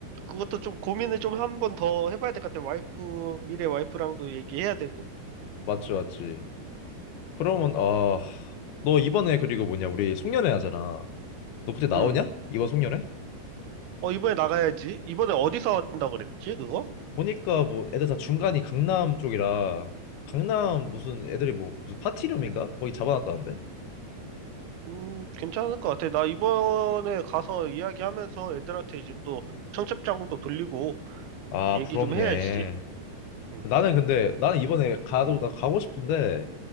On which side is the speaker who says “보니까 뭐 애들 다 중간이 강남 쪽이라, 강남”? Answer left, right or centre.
Left